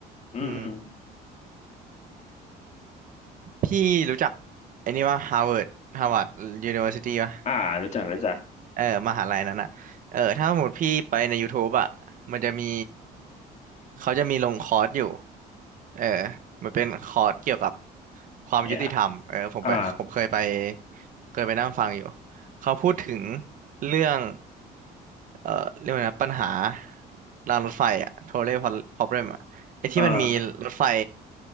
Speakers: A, on the left; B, on the right.
A: อืมอืม
B: อืมพี่รู้จักไอนี่ว่าฮาร์วาร์ดฮาร์วาร์ดยูนิเวอร์ซิตี้ปะ
A: อ่ารู้จักรู้จัก
B: เออมหาลัยนั้นอ่ะเออถ้าสมมติพี่ไปใน YouTube อ่ะมันจะมีเขาจะมีลงคอร์สอยู่เออมันเป็นคอร์สเกี่ยวกับความยุติธรรมเออผมไปผมเคยไป
A: เนี่ยอ่า
B: เคยไปนั่งฟังอยู่ เขาพูดถึงเรื่องเออเรียกว่านะปัญหารางรถไฟอ่ะ trolley problem อ่ะไอที่มันมีรถไฟ
A: อ่า